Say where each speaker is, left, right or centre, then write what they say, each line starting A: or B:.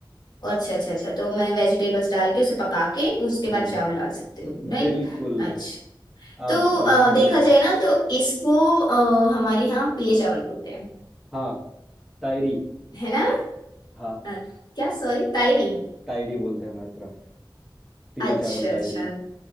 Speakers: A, on the left; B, in the centre.
A: ओ, अच्छा अच्छा अच्छा तो मैं वेजिटेबल्स डाल के उसे पका के उसके
B: हम्म
A: बाद चावल डाल सकती हूँ राइट
B: बिल्कुल
A: अच्छा
B: आप
A: तो अ,
B: बनाना जरूर
A: देखा जाए ना तो इसको अ, हमारे यहाँ पीले चावल बोलते हैं
B: हाँ तायरी
A: है ना
B: हाँ
A: अ, क्या सॉरी तायरी
B: तायरी बोलते हैं हमारी तरफ पीले
A: अच्छा
B: चावल तायरी
A: अच्छा